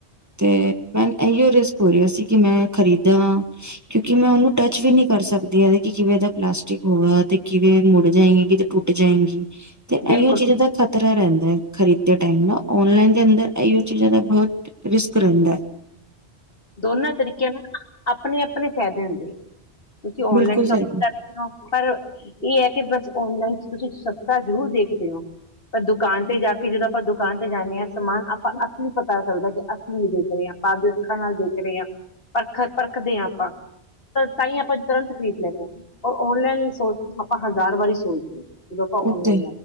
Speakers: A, on the right; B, on the left.
A: ਤੇ ਮੈ ਇਹੀਓ ਰਿਸਕ ਹੋ ਰਿਹਾ ਸੀ ਕਿ ਮੈਂ ਖਰੀਦਾਂਾਂ ਕਿਉਂਕਿ ਮੈਂ ਉਹਓਨੂੰ ਟੱਚ ਵੀ ਨਹੀਂ ਕਰ ਸਕਦੀ ਇਹ ਹੈ ਕਿ ਕਿਵੇਂ ਇਹਦਾ ਪਲਾਸਟਿਕ ਹੋਗਾ ਤੇ ਕਿਵੇਂ ਮੁੜ ਜਾਏਗੇ ਕਿ ਤੇ ਟੁੱਟ ਜਾਏਗੀ ਤੇ ਇਹੀਓ
B: ਬਿਲਕੁਲ।
A: ਚੀਜ਼ਾਂ ਦਾ ਖ਼ਤਰਾ ਰਹਿੰਦਾ ਖਰੀਦ ਟਮ ਨਲਾਈਨ ਦੇ ਅੰਦਰ ਇਹ ਚੀਜ਼ਾਂ ਦਾ ਬਹੁਤ ਰਿਸਕ ਰਹਿੰਦਾ ਹੈ
B: ਦੋਨਾਂ ਤਰੀਕਿਆਂ ਨਾਲ ਨਾ ਆਪਣੇ ਆਪਣੇ ਫਾਇਦੇ ਹੁੰਦੇ ਆ ਤੁਸੀਂ ਔਨਲਾਈਨ
A: ਬਿਲਕੁਲ
B: ਸ਼ੋਪਿੰਗ
A: ਸਹੀ
B: ਕਰਦੇ ਹੋ ਪਰ ਇਹ ਹੈ ਕਿ ਬਸ ਔਨਲਾਈਨ ਤੁਸੀਂ ਸਸਤਾ ਜ਼ਰੂਰ ਦੇਖਦੇ ਹੋ ਪਰ ਦੁਕਾਨ ਤੇ ਜਾ ਕੇ ਜਦੋਂ ਆਪਾਂ ਦੁਕਾਨ ਤੇ ਜਾਂਦੇ ਹਾਂ ਸਮਾਨ ਆਪਾਂ ਅਸਲੀ ਪਤਾ ਚੱਲਦਾ ਕਿ ਅਸਲੀ ਦੇਖ ਰਹੇ ਹਾਂ ਆਪਾਂ ਅੱਖਾਂ ਨਾਲ ਦੇਖ ਰਹੇ ਹਾਂ ਪਰਖ ਪਰਖਦੇ ਹਾਂ ਆਪਾਂ ਤਾਂ ਹੀ ਆਪਾਂ ਤੁਰੰਤ ਖਰੀਦ ਲੈਂਦੇ ਹਾਂ ਔਰ ਔਨਲਾਈਨ ਸੋਚਦੇ ਆਪਾਂ ਹਜ਼ਾਰ ਵਾਰੀ ਸੋਚਦੇ ਹਾਂ ਜਦੋਂ ਆਪਾਂ
A: ਉੱਥੇ
B: ਔਨਲਾਈਨ